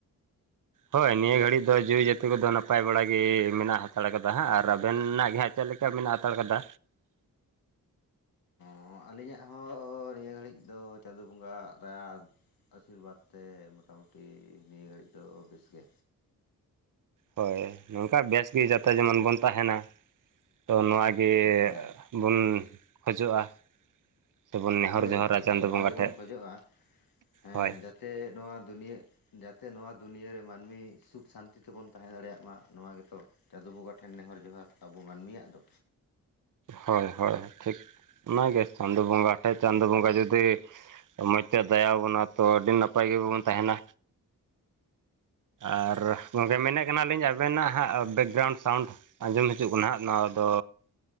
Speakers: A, on the right (about 55°); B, on the left (about 65°).
A: ᱦᱳᱭ ᱱᱤᱭᱟᱹ ᱜᱷᱟᱹᱲᱤᱡ ᱫᱚ ᱡᱤᱣᱤ ᱡᱟᱹᱛᱤ ᱠᱚᱫᱚ ᱱᱟᱯᱟᱭ ᱵᱟᱲᱟ ᱜᱮ ᱢᱮᱱᱟᱜ ᱦᱟᱛᱟᱲ ᱠᱟᱫᱟ ᱦᱟᱸᱜ ᱟᱨ ᱟᱵᱮᱱᱟᱜ ᱜᱮ ᱦᱟᱸᱜ ᱪᱮᱫ ᱞᱮᱠᱟ ᱢᱮᱱᱟᱜ ᱦᱟᱛᱟᱲ ᱠᱟᱫᱟ?
B: ᱚᱸ ᱟᱹᱞᱤᱧᱟᱜ ᱦᱚᱸ ᱱᱤᱭᱟᱹ ᱜᱷᱟᱹᱲᱤᱡ ᱫᱚ ᱪᱟᱸᱫ ᱵᱚᱸᱜᱟᱣᱟᱜ ᱫᱟᱭᱟ ᱟᱥᱤᱨᱵᱟᱫᱽ ᱛᱮ ᱢᱚᱴᱟᱢᱩᱴᱤ ᱱᱤᱭᱟᱹ ᱜᱷᱟᱹᱲᱤᱡ ᱫᱚ ᱵᱮᱥ ᱜᱮ।
A: ᱦᱳᱭ, ᱱᱚᱝᱠᱟ ᱵᱮᱥᱜᱮ ᱡᱟᱛᱮ ᱡᱮᱢᱚᱱ ᱵᱚᱱ ᱛᱟᱦᱮᱱᱟ, ᱛᱚ ᱱᱚᱣᱟ ᱜᱮ
B: ᱦᱮᱸ
A: ᱵᱚᱱ ᱠᱷᱚᱡᱚᱜᱼᱟ। ᱥᱮᱵᱚᱱ ᱱᱮᱦᱚᱨ
B: ᱦᱳᱭ
A: ᱡᱚᱦᱟᱨᱟ
B: ᱦᱳᱭ
A: ᱪᱟᱸᱫᱳ
B: ᱱᱚᱣᱟ
A: ᱵᱚᱸᱜᱟ
B: ᱜᱮᱵᱚᱱ
A: ᱴᱷᱮᱡ
B: ᱠᱷᱚᱡᱚᱜᱼᱟ, ᱦᱮᱸ
A: ᱦᱳᱭ
B: ᱡᱟᱛᱮ ᱱᱚᱣᱟ ᱫᱩᱱᱤᱭᱟᱹ ᱡᱟᱛᱮ ᱱᱚᱣᱟ ᱫᱩᱱᱭᱟᱹ ᱨᱮ ᱢᱟᱹᱱᱢᱤ ᱥᱩᱠᱷ ᱥᱟᱱᱛᱤ ᱛᱮᱵᱚᱱ ᱛᱟᱦᱮᱸ ᱫᱟᱲᱮᱭᱟᱜ ᱢᱟ ᱱᱚᱣᱟ ᱜᱮᱛᱚ᱾ ᱪᱟᱸᱫᱚ ᱵᱚᱸᱜᱟ ᱴᱷᱮᱱ ᱱᱮᱦᱚᱨ ᱡᱚᱸᱦᱟᱨ ᱟᱵᱚ ᱢᱟᱹᱱᱢᱤᱭᱟᱜ ᱫᱚ।
A: ᱦᱳᱭ ᱦᱳᱭ ᱴᱷᱤᱠ, ᱚᱱᱟᱜᱮ ᱪᱟᱸᱫᱚ ᱵᱚᱸᱜᱟ ᱴᱷᱮᱡ, ᱪᱟᱸᱫᱚ ᱵᱚᱸᱜᱟ ᱡᱩᱫᱤ ᱢᱚᱡᱽ ᱛᱮ ᱫᱟᱭᱟ ᱟᱵᱚᱱᱟ ᱛᱚ ᱟᱹᱰᱤ ᱱᱟᱯᱟᱭ ᱜᱮᱵᱚᱱ ᱛᱟᱦᱮᱱᱟ। ᱟᱨ ᱜᱚᱝᱠᱮ ᱢᱮᱱᱮᱫ ᱠᱟᱱᱟᱞᱤᱧ, ᱟᱵᱮᱱᱟᱜ ᱦᱟᱸᱜ ᱵᱮᱠᱜᱨᱟᱣᱩᱱᱰ ᱥᱟᱣᱩᱱᱰ ᱟᱸᱡᱚᱢ ᱦᱤᱡᱩᱜ ᱠᱟᱱᱟ ᱦᱟᱸᱜ, ᱱᱚᱣᱟ ᱫᱚ